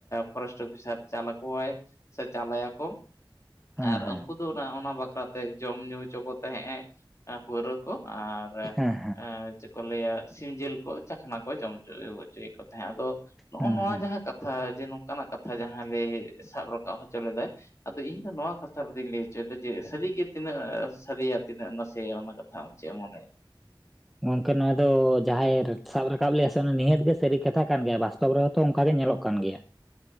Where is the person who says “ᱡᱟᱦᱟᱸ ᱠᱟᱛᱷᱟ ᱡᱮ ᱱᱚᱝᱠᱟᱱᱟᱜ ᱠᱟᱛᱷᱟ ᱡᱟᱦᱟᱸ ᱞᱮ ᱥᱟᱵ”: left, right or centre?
Left